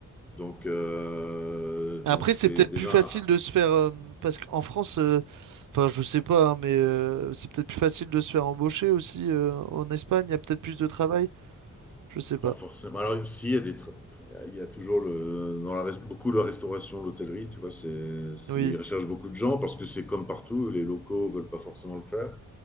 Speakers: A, in the centre; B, on the right.
A: Donc, euh,
B: Après,
A: donc c'est
B: c'est peut-être
A: déjà
B: plus facile de se faire, euh, parce qu'en France, euh, enfin, je sais pas, hein, mais euh, c'est peut-être plus facile de se faire embaucher aussi euh, en Espagne, il y a peut-être plus de travail, je sais pas.
A: Pas forcément. Alors, si, il y a des, tra- il y a toujours le, dans la, res- beaucoup de la restauration, l'hôtellerie, tu vois, c'est, c'est-
B: Oui.
A: ils recherchent beaucoup de gens parce que c'est comme partout, les locaux veulent pas forcément le faire